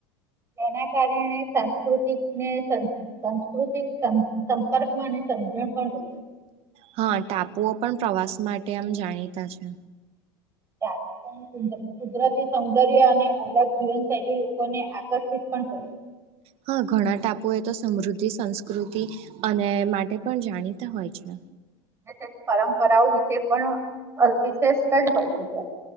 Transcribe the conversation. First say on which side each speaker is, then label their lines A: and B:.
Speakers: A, on the right; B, on the right.
A: તેના કારણે સાંસ્કૃતિકને સાંસ્કૃતિક સંપર્કમાં અને સમજણ પણ વધ
B: હા ટાપુઓ પણ પ્રવાસ માટે આમ જાણીતા છે
A: તાપુઓનું કુદરતી સૌંદર્ય અને અલગ જીવનશૈલી લોકોને આકર્ષિત પણ કરે
B: હા ઘણા ટાપુ એ તો સમૃદ્ધિ સંસ્કૃતિ અને માટે પણ જાણીતા હોય છે
A: અને તેની પરંપરાઓ વિશે પણ વિશિષ્ટ જ હોય છે ત્યારે